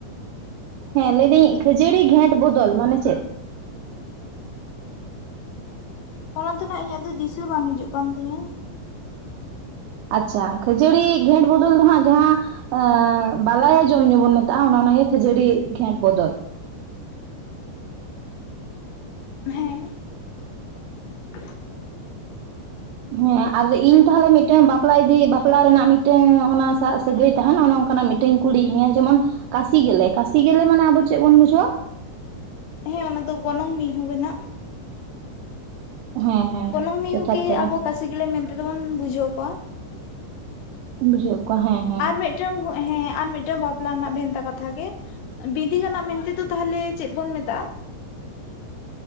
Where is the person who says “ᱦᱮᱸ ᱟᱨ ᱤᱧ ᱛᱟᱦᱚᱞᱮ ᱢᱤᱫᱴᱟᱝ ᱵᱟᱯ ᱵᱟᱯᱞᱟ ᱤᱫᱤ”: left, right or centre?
Right